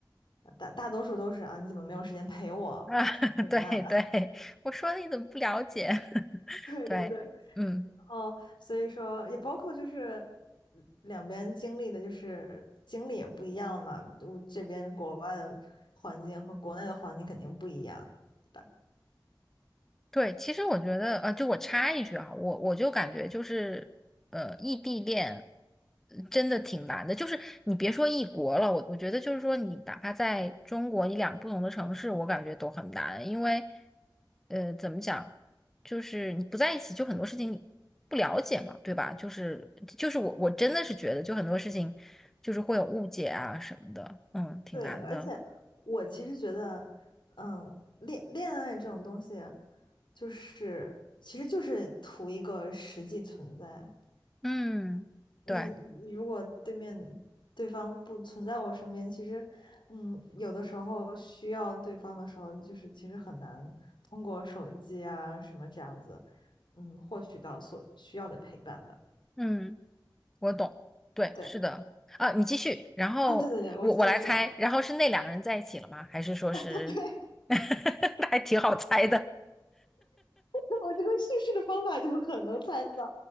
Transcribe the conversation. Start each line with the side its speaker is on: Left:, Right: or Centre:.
Left: 呃大大多数都是啊，你怎么没有时间陪我什么这个那的，
Centre: 啊，<laughs> 对对，我说的你怎么不了解？<laughs>
Left: <laughs> 对对对。
Centre: 对，嗯。
Left: 哦，所以说也包括就是嗯两边经历的，就是经历也不一样嘛。我这边国外的环境和国内的环境肯定不一样，对吧？
Centre: 对，其实我觉得，呃，就我插一句啊，我我就感觉就是，呃，异地恋呃真的挺难的。就是你别说异国了，我我觉得就是说，你哪怕在中国一两个不同的城市，我感觉都很难，因为，呃，怎么讲，就是你不在一起，就很多事情你不了解嘛，对吧？就是就是我我真的是觉得，就很多事情就是会有误解啊什么的，嗯，挺难的，
Left: 对，而且我其实觉得，嗯，恋恋爱这种东西，就是其实就是图一个实际存在。
Centre: 嗯，
Left: 你你如果对面
Centre: 对，
Left: 对方不存在我身边，其实，嗯，有的时候需要对方的时候，就是其实很难通过手机啊什么这样子，嗯，获取到所需要的陪伴的。
Centre: 嗯。我懂，对，
Left: 对，
Centre: 是的啊，你继续，然后我我来猜，
Left: 啊，对对对，我继续说，
Centre: 然后是那两个人在一起了吗？还是说是，
Left: <laughs> 对，
Centre: <laughs> 那还挺好猜的，
Left: <laughs> 我这个叙事的方法就很能猜得到，